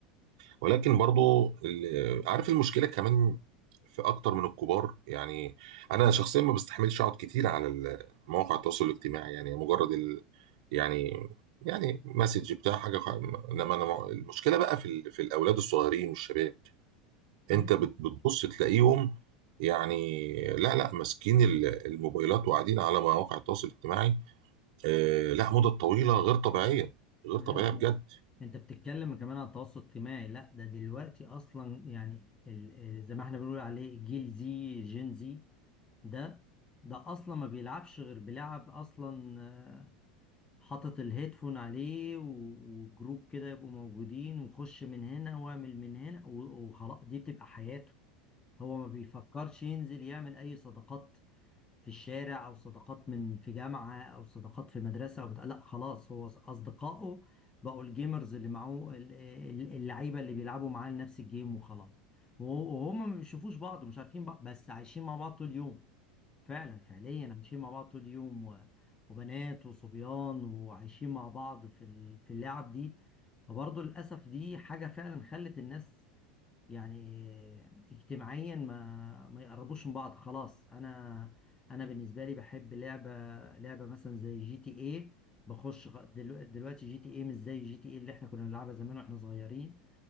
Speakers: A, on the right; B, on the left.
A: ولكن برضو ال- عارف المشكله كمان في اكتر من الكبار يعني انا شخصيا ما بستحملش اقعد كتير على ال- مواقع التواصل الاجتماعي يعني مجرد ال... يعني يعني مسج بتاع حاجه خ- انما انا مع- المشكله بقى في ال... في الاولاد الصغيرين والشباب
B: مم؟
A: انت بت... بتبص تلاقيهم يعني لا لا ماسكين ال- الموبايلات وقاعدين على مواقع التواصل الاجتماعي آه لا مدة طويلة غير طبيعية غير
B: لا
A: طبيعية بجد
B: انت بتتكلم كمان عن التواصل الاجتماعي لا ده دلوقتي اصلا يعني ال- زي ما احنا بنقول عليه جيل زي جين زي ده ده اصلا ما بيلعبش غير بيلعب اصلا آه، حاطط الهيدفون عليه و- وجروب كده يبقوا موجودين وخش من هنا واعمل من هنا و- وخلاص دي بتبقى حياته هو ما بيفكرش ينزل يعمل اي صداقات في الشارع او صداقات من في جامعه او صداقات في مدرسه او بتاع لا خلاص هو اصدقائه بقوا الجيمرز اللي معاه ال- ال- اللعيبه اللي بيلعبوا معاه نفس الجيم وخلاص وه- وهم ما بيشوفوش بعض ومش عارفين بعض بس عايشين مع بعض طول اليوم فعلا فعليا عايشين مع بعض طول اليوم و... وبنات وصبيان وعايشين مع بعض في ال... في اللعب دي فبرضه للأسف دي حاجة فعلا خلت الناس يعني اجتماعيا ما ما يقربوش من بعض خلاص انا انا بالنسبه لي بحب لعبه لعبه مثلا زي جي تي اي بخش غ- دلو- دلوقتي جي تي اي مش زي جي تي اي اللي احنا كنا بنلعبها زمان واحنا صغيرين